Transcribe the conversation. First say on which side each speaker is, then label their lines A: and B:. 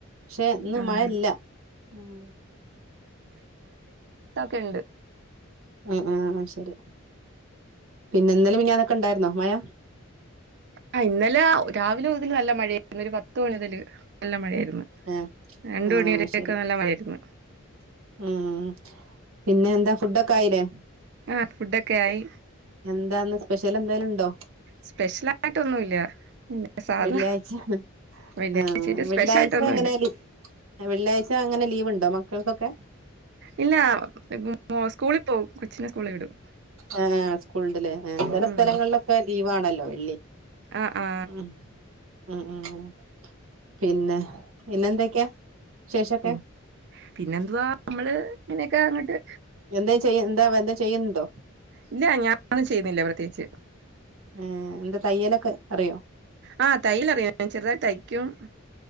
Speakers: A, on the right (about 80°); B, on the right (about 55°).
A: പക്ഷെ ഇന്ന്
B: ആഹ്
A: മഴ ഇല്ല ഉം.
B: ഒക്കെ ഇണ്ട്.
A: അഹ് ആഹ് ശെരി പിന്നെ ഇന്നലേം മിനിഞാന്ന് ഒക്കെ ഇണ്ടായിരുന്നോ മയ?
B: ആഹ് ഇന്നലെ രാവിലെ മുതല് നല്ല മഴ ആയിരുന്നു ഒരു പത്ത് മണി മുതല് നല്ല മഴ ആയിരുന്നു.
A: ആഹ്
B: രണ്ടു
A: ആഹ്
B: മണി വരെ ഒക്കെക്ക
A: ശരി
B: നല്ല മഴായിരുന്നു.
A: ഉം പിന്നെ എന്താ ഫുഡൊക്കെ ആയിലേ?
B: ആഹ് ഫുഡൊക്കെ ആയി.
A: എന്താന്ന് സ്പെഷ്യല് എന്തേലുണ്ടോ?
B: സ്പെഷ്യലായിട്ട് ഒന്നും ഇല്ല സാധാ
A: വെള്ളിയാഴ്ച
B: വെള്ളിയാഴ്ചായിട്ട്
A: ആഹ് വെള്ളിയാഴ്ച
B: സ്പെഷ്യലായിട്ടൊന്നുല്ല
A: എങ്ങനെ ലീ വെള്ളിയാഴ്ച എങ്ങനെ ലീവ്ണ്ടോ മക്കൾക്ക്‌ ഒക്കെ?
B: ഇല്ല ഇപോ മോ സ്കൂളി പോവും കൊച്ചിനെ സ്കൂളി വിടും.
A: ആഹ് സ്കൂള് ഇണ്ട് ലെ ചെല
B: ഉം
A: സ്ഥലങ്ങളിലൊക്കെ ലീവാണല്ലോ വെള്ളി.
B: ആഹ് ആഹ്.
A: ഉം ഉം ഉം ഉം. പിന്നെ പിന്നെ എന്തൊക്കെയ വിശേഷൊക്കെ?
B: പി പിന്നെന്തുവാ നമ്മള് ഇങ്ങനൊക്കെ അങ്ങട്ട്
A: എന്തേം ചെയ്യ എന്താ എന്തെം ചെയ്യണിണ്ടോ?
B: ഇല്ല ഞാനൊന്നും ചെയ്യുന്നില്ല പ്രത്യേകിച്ച്.
A: ഏഹ് എന്ത തയ്യലൊക്കെ അറിയോ?
B: ആഹ് തയ്യലറിയ ചെറുതായി തയ്ക്ക്യും.